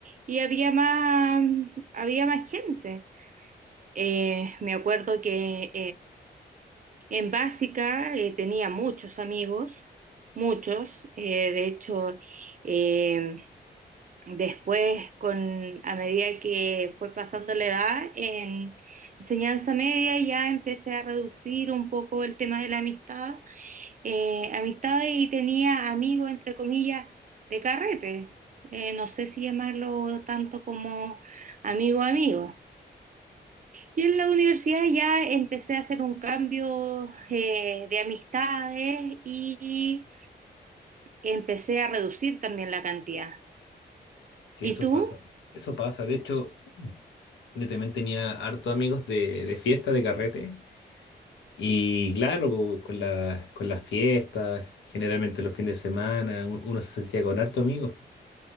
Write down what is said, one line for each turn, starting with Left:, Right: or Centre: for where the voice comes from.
Right: y había más, había más gente. Eh, me acuerdo que En básica eh, tenía muchos amigos, muchos. eh, de hecho, eh, después, con, a medida que fue pasando la edad, en enseñanza media ya empecé a reducir un poco el tema de la amistad. eh, amistad y tenía amigos, entre comillas, de carrete. eh, no sé si llamarlo tanto como amigo amigo. Yo en la universidad ya empecé a hacer un cambio eh, de amistades y empecé a reducir también la cantidad.
Left: Sí,
Right: ¿Y
Left: eso
Right: tú?
Left: pasa. Eso pasa. De hecho, yo también tenía harto amigos de, de fiesta, de carrete. Y claro, pues, con la- con las fiestas, generalmente los fines de semana, un- uno se sentía con harto amigos.